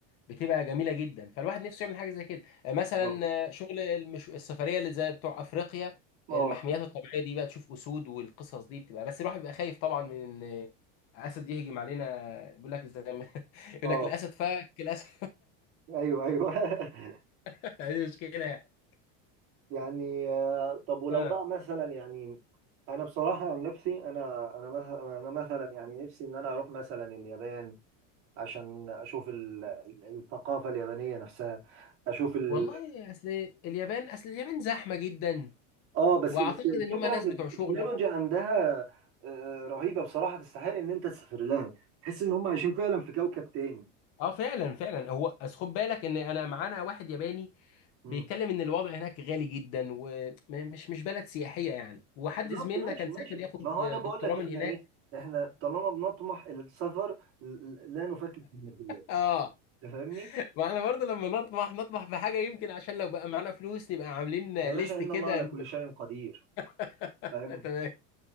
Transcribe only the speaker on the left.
بتبقى جميله جدا فالواحد نفسه يعمل حاجه زي كده آه، مثلا
آه، شغل المش... السفريه اللي زي بتوع افريقيا
المحميات الطبيعيه دي بقى تشوف اسود والقصص دي بتبقى بس الواحد بيبقى خايف طبعا من ان اسد يهجم علينا بيقول لك زي ما <laughs> يقول
لك الاسد فك الاسد
<laughs> دي مشكله يعني
اه
والله اصل اليابان اصل اليابان زحمه جدا
واعتقد
ان هم ناس
بتوع
شغل
اه فعلا فعلا هو أصل خد بالك ان انا معانا واحد ياباني
بيتكلم ان الوضع هناك غالي جدا ومش مش بلد سياحيه يعني وحد
زميلنا
كان
سافر ياخد
دكتوراه
من
هناك
اه
ما احنا برضه لما نطمح نطمح في حاجه يمكن عشان لو بقى معانا فلوس نبقى عاملين
ليست
كده
<laughs>
تمام